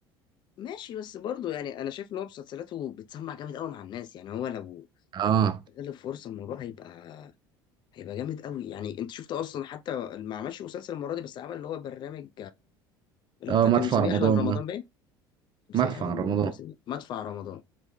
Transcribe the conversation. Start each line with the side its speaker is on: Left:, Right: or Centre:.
Left: ماشي بس برضه يعني أنا شايف إن هو مسلسلاته بتسمع جامد أوي مع الناس يعني هو لو
Right: اه
Left: استغل الفرصة الموضوع هيبقى هيبقى جامد أوي يعني أنت شفت أصلا حتى ما عملش مسلسل المرة دي بس عمل اللي هو برنامج اللي
Right: اه
Left: هو بتاع
Right: مدفع
Left: كان مسميه
Right: رمضان
Left: أهلا رمضان
Right: ده
Left: باين مسميه
Right: مدفع
Left: أهلا رمضان
Right: رمضان
Left: كان مسميه مدفع رمضان